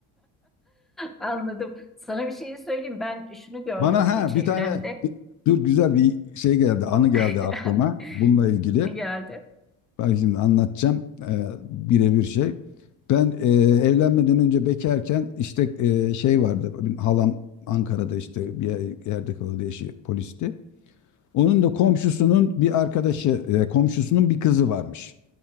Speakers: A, in the centre; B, on the left.
A: Anladım. Sana bir şey söyleyeyim. Ben şunu gördüm
B: Bana
A: bir
B: ha
A: de çevremde.
B: bir tane dur güzel bir şey geldi, anı geldi
A: <laughs>
B: aklıma bununla ilgili.
A: Ne geldi?
B: Bak şimdi anlatacağım e, birebir şey. Ben e, evlenmeden önce bekarken işte e, şey vardı. Benim halam Ankara'da işte bir yer- yerde kalıyordu eşi polisti. Onun da komşusunun bir arkadaşı, e, komşusunun bir kızı varmış.